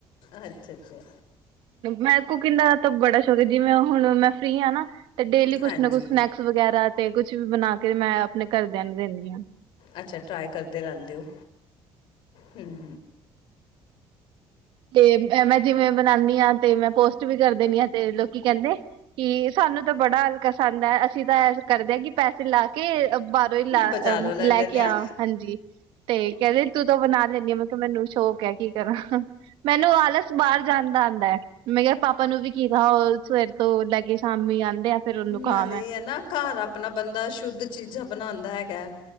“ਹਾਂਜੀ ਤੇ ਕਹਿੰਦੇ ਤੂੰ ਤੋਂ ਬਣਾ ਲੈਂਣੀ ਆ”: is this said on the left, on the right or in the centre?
Right